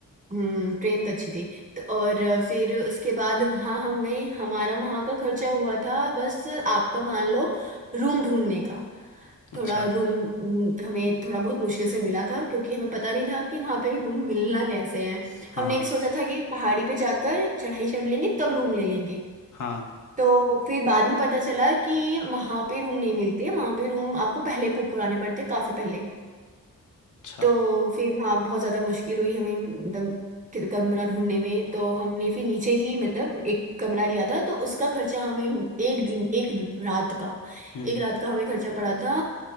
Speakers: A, on the right; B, on the left.
A: हम्म ट्रेन तो अच्छी थी तो और अ, फिर उसके बाद वहाँ हम गए हमारा वहाँ का खर्चा हुआ था बस आपका मान लो रूम ढूंढने का
B: अच्छा
A: थोड़ा रूम हम्म, हमें थोड़ा बहुत मुश्किल से मिला था क्योंकि हमें पता नहीं था कि वहाँ पे रूम मिलना कैसे है हमने
B: हाँ
A: एक सोचा था कि पहाड़ी पे जाकर चढ़ाई चढ़ लेंगे तब रूम ले लेंगे
B: हाँ
A: तो फिर बाद में पता चला कि वहां पे रूम नहीं मिलती है वहां पे रूम आपको पहले बुक कराने पड़ते हैं, काफी पहले
B: अच्छा
A: तो फिर हाँ बहुत ज्यादा मुश्किल हुई हमें मतलब कि- कमरा ढूंढने में तो हमने फिर नीचे ही मतलब एक कमरा लिया था तो उसका खर्चा हमें एक दिन एक दिन- रात का
B: हम्म
A: एक रात का हमें खर्चा पड़ा था